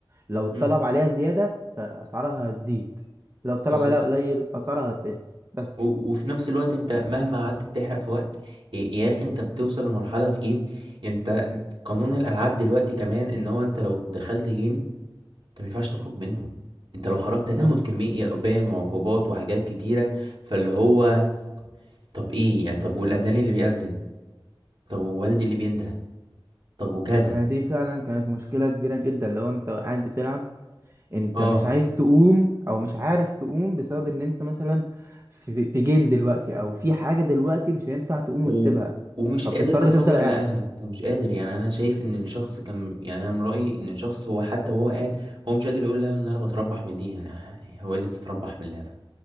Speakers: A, on the right; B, on the right.
A: لو الطلب
B: امم
A: عليها زياده فاسعارها هتزيد لو الطلب
B: بالظبط
A: عليها قليل اسعارها هتقل بس
B: و- وفي نفس الوقت انت مهما قعدت بتحرق في وقت يا يا اخي انت بتوصل لمرحلة في جيم انت انت- قانون الالعاب دلوقتي كمان ان هو انت لو دخلت جيم انت ما ينفعش تخرج منه انت لو خرجت هتاخد
A: امم
B: كمية بان وعقوبات وحاجات كتيرة فاللي هو طب ايه يعني طب والأذان اللي بيأذن طب ووالدي اللي بينده طب وكذا
A: دي فعلا كانت مشكله كبيره جدا لو انت قاعد بتلعب انت
B: اه
A: مش عايز تقوم او مش عارف تقوم بسبب ان انت مثلا في في جيم دلوقتي او في حاجه دلوقتي مش هينفع تقوم
B: و...
A: وتسيبها
B: ومش
A: فبتضطر
B: قادر تفصل
A: تفضل قاعد
B: لأهلك ومش قادر يعني أنا شايف إن الشخص كان يعني أنا من رأيي إن الشخص هو حتى وهو قاعد هو مش قادر يقول لهم إن أنا بتربح من دي أنا هو إيه اللي بتتربح من اللهفة